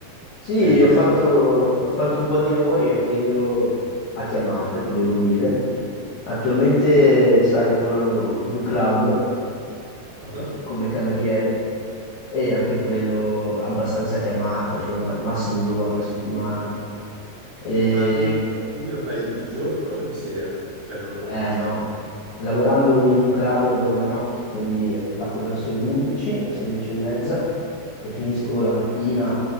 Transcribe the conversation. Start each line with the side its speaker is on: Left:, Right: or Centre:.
Left: Sì,
Right: Mi avevi
Left: ho
Right: già
Left: fatto,
Right: detto.
Left: ho fatto un po' di lavori anche io a chiamata, ti devo dire. Attualmente, sai, lavoro in un club
Right: Ah, ah.
Left: come cameriere e anche quello abbastanza a chiamata, cioè ma- massimo due volte a settimana. E...
Right: Ma quindi, quindi lo fai
Left: Sì.
Right: di giorno o di sera? Cioè, non ho capito
Left: Eh no,
Right: se è un club.
Left: lavorando in un club lavoro la notte, quindi attacco verso
Right: Ah,
Left: le 11, verso le 10 e mezza e finisco la mattina